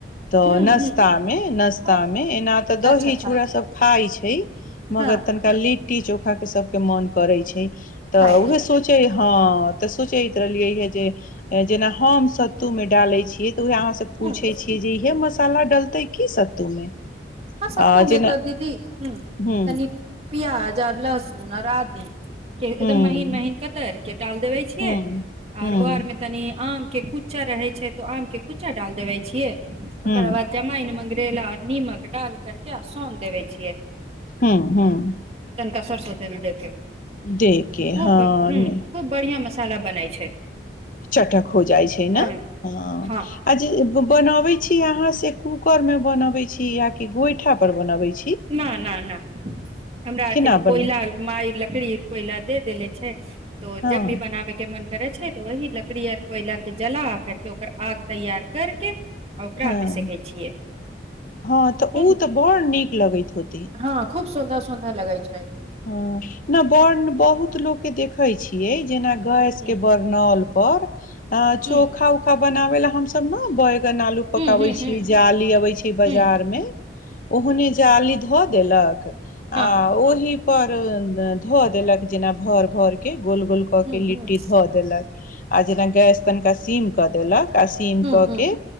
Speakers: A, on the left (about 45°); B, on the right (about 35°).
A: तऽ
B: हूं
A: नास्ता
B: हूं
A: मे नास्ता मे एना द
B: अच्छा अच्छा
A: चूड़ सब खााय छै मगर
B: हँ
A: तनिका लेट लिट्टी चोखा के सभके मन करै छै
B: खायके
A: तऽ उहे सोचै हँ तऽ सोचैत रहलियै है जे जेना हम सत्तू मे डालै छियै त उह अहाँ से पूछे
B: हूं
A: छियै जे इहे मस मसाला डलतै की सत्तू मे
B: हँ सतु
A: आ
B: मे
A: जेना
B: त दीदी ह
A: ह
B: तनी प्याज आर लहसुन आऔर आदि के एकदम
A: हूँ
B: महीन महीन कतर के डाल देबे छियै
A: हूँ हूँ
B: आऔर ओ आरमे तनि आम के कुच्चा रहे छै तो आम के कुच्चा डाल देबे छियै
A: हूँ
B: ओकरा बाद जमइन मंगरैल तेल आर निमक डाल करके आ सोन देबे छियै
A: हूँ हूँ
B: तनिका सरसो तेल मे डालके
A: दे के
B: खूब
A: हँ
B: ह खूब बढ़िआँ मस खाना बने छै
A: चटक हो जाइ छै
B: हँ
A: ने ह
B: हँ
A: आ जे बनावे छी यहा से कूकर में बनावे छी या क गोइठा पर बनावे छी
B: न नहि नहि हमरा आरके
A: केना
B: तऽ
A: बना
B: कोयला मा लकड़ी कोइला दे देेले छै तो
A: हँ
B: जब भी बनाबयके मन करे छै तऽ वही लकड़ी आर कोयला के जला करके ओकर आग तैयार करके आ ओकरा
A: हँ
B: मे सेकै छियै
A: हँ तऽ
B: खूब
A: ओ तऽ बड़ नीक लगैत होते
B: हँ खूब सुन्दा सुन्दा लगै छै
A: हँ ने बड़ बहुत लोक के देखे छियै जेना गैस
B: हूं
A: के बरनल पर चोखा
B: हूं
A: उखा बनाबे ल हमस ने बैगन आलू पकाबे
B: हूं हूं
A: छी
B: हूं
A: जाली अबे छै बजार
B: हूं
A: मे ओहने जाली धऽ देलक आ
B: हँ
A: ओहि पर ध देलक जेना भर भर के गोल गोल कऽ
B: हूं
A: के लिट्टी
B: हूं
A: धऽ देलक आ जेना गैस तनिका सीम कऽ देलक आ सीम
B: हूं
A: कऽ
B: हूं
A: के